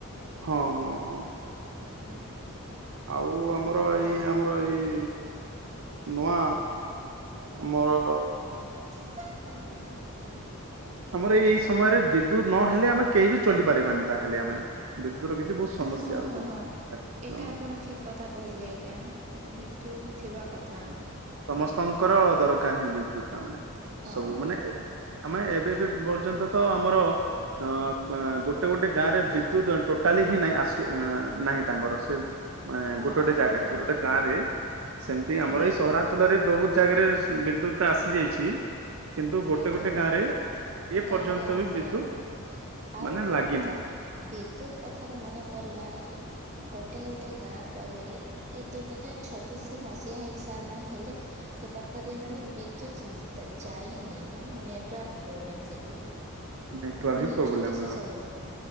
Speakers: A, on the right; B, on the right.
A: ହଁ ହଁ ହଁ।
B: ହୁଁ।
A: ଆଉ ଆମର ଏଇ ଆମର ଏଇ ନୂଆ ଆମର
B: <unintelligible> କଣ କରବି?
A: ଆମର ଏଇ ସମୟରେ ବିଦ୍ୟୁତ ନହେଲେ ଆମେ କେହି ବି ଚଲି ପାରିବାନି ତାହେଲେ ଆମେ। ବିଦ୍ୟୁତର କିଛି ବହୁତ ସମସ୍ୟା
B: ହଁ
A: ଅଛି
B: ହଁ ହଁ ଏଇଟା
A: ତାମାନେ।
B: ଆପଣ ଠିକ କଥା କହିଲେ ଆଜ୍ଞା। ତୁ ଥିବା କଥା।
A: ସମସ୍ତଙ୍କର ଦରକାର ହିଁ ବିଦ୍ୟୁତ ତାମାନେ।
B: ହଁ
A: ସବୁ ମାନେ ଏ ଆମେ ଏବେ ବି ପର୍ଯ୍ୟନ୍ତ ତ ଆମର ଅ ଅ ଗୋଟେ ଗୋଟେ ଗାଁରେ ବି ଦୁତ ଟୋଟାଲି ହିଁ ନାହିଁ ଆସୁ ନାହିଁ ତାଙ୍କର ସେ ମାନେ
B: ହଁ
A: ଗୋଟେ ଗୋଟେ ଜାଗାରେ
B: ହଁ
A: ଗୋଟେ ଗୋଟେ ଗାଁରେ ସେମତି ଆମର
B: ଆଜ୍ଞା
A: ଏଇ ସହରା ବୋହୁତ ଜାଗାରେ ରେସୁଁ ବିଦ୍ୟୁତଟା ଆସି ଯାଇଛି କିନ୍ତୁ ଗୋଟେ
B: ଆଜ୍ଞା
A: ଗୋଟେ
B: ଆଜ୍ଞା
A: ଗାଁରେ ଏ ପର୍ଯ୍ୟନ୍ତ
B: ଗାଁରେ ଆସିଲାନେଇ।
A: ବି ବିଦ୍ୟୁତ
B: ଆଉ
A: ମାନେ
B: ଗୋଟେ
A: ଲାଗିନି।
B: କଥା ବିଦ୍ୟୁତ କଥାରୁ ମନେ ପରିଲା ଯେ ଗୋଟେ ଗୋଟେ ଗାଁ ପରେରେ ଏ ଦୁଇ ହଜାର ଛବିଶି ମସିହା ହୋଇସାରିଲାଣି ହେଲେ ସେ ପାଖରେ ମାନେ ବିଦ୍ୟୁ ତ୍ ଯାଇନି। ମାନେ ନେଟୱାର୍କ ପ୍ରୋବ୍ଲେମ୍ ସେଇଠି।
A: ନେଟୱାର୍କ
B: ଆପଣ
A: ହିଁ
B: ଜାଣିଛନ୍ତି
A: ପ୍ରୋବ୍ଲେମ
B: ସେ ସବୁ।